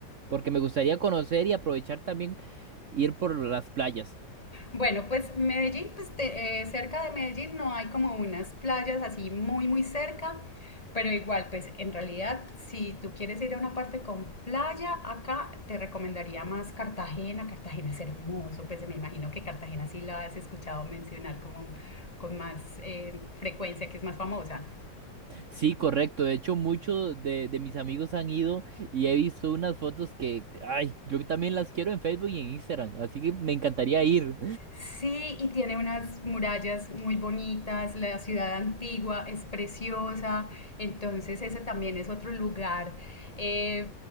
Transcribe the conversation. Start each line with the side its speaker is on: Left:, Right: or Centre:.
Right: porque me gustaría conocer y aprovechar también ir por las playas.
Left: Bueno, pues Medellín, pues te- eh, cerca de Medellín no hay como unas playas así muy, muy cerca, pero igual, pues en realidad, si tú quieres ir a una parte con playa, acá te recomendaría más Cartagena. Cartagena es hermoso, pues me imagino que Cartagena sí la has escuchado mencionar como con más eh, frecuencia, que es más famosa.
Right: Sí, correcto. De hecho, muchos de, de mis amigos han ido y he visto unas fotos que, ay, yo también las quiero en Facebook y en Instagram, así que me encantaría ir.
Left: Sí, y tiene unas murallas muy bonitas, la ciudad antigua es preciosa, entonces ese también es otro lugar eh,